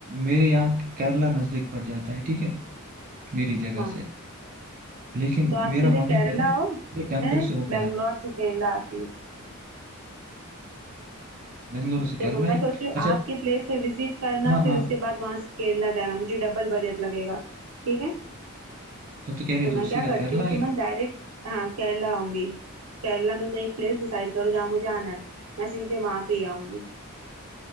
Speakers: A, on the right (about 40°); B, on the right (about 85°).
A: मेरे यहाँ केरला नजदीक पड़ जाता है ठीक है मेरी जगह
B: हाँ
A: से लेकिन
B: तो आप
A: मेरा
B: सीधे
A: मन
B: केरला
A: है पहले पहले
B: आओ
A: टेम्पल
B: मैं
A: से होके
B: बैंगलोर
A: आते हैं
B: से केरला आती हूँ
A: बेंगलुरु से
B: देखो
A: केरला
B: मैं
A: आए
B: सोच रही हूँ
A: अच्छा
B: आपके प्लेस पे विजिट करना
A: हाँ
B: फिर
A: हाँ
B: उसके बाद वहां से केरला जाना मुझे डबल बजट लगेगा ठीक है
A: तो तो कह रही
B: तो
A: तू
B: मैं क्या
A: सीधा
B: करती
A: केरला
B: हूँ
A: आएगी
B: कि मैं डायरेक्ट हाँ केरला आऊंगी केरला में कोई एक प्लेस डिसाइड करो जहाँ मुझे आना है मैं सीधे वहां पे ही आऊंगी